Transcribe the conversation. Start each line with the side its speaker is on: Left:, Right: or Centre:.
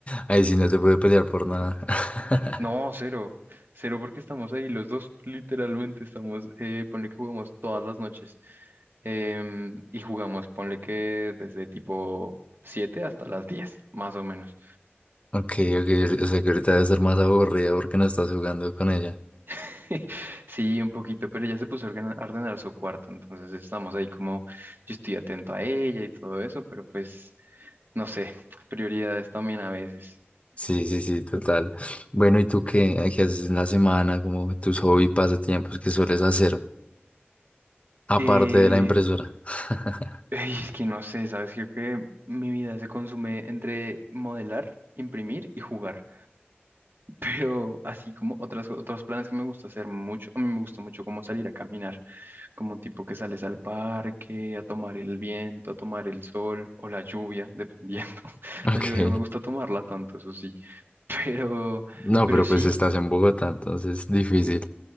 Left: Ahí sí no te puede pelear por nada. <laughs>
Right: No, cero. Cero porque estamos ahí los dos, literalmente estamos, eh, ponle que jugamos todas las noches. Em, y jugamos, ponle que desde tipo 7 hasta las 10 más o menos.
Left: Ok, ok, o sea que ahorita debe ser más aburrida porque no estás jugando con ella.
Right: <laughs> Sí, un poquito, pero ella se puso a organ- a ordenar su cuarto, entonces estamos ahí como, yo estoy atento a ella y todo eso, pero pues, no sé, prioridades también a veces.
Left: Sí, sí, sí, total. Bueno, ¿y tú qué, qué haces en la semana? Como tus hobbies, pasatiempos que sueles hacer, aparte
Right: Eh,
Left: de la impresora. <laughs>
Right: ay, es que no sé, ¿sabes? Creo que mi vida se consume entre modelar, imprimir y jugar. Pero así como otras, co- otros planes que me gusta hacer mucho, a mí me gusta mucho como salir a caminar, como tipo que sales al parque, a tomar el viento, a tomar el sol o la lluvia, dependiendo. <laughs>
Left: Ok.
Right: La lluvia no me gusta tomarla tanto, eso sí. <laughs> Pero,
Left: No,
Right: pero
Left: pero
Right: sí,
Left: pues estás en Bogotá, entonces difícil.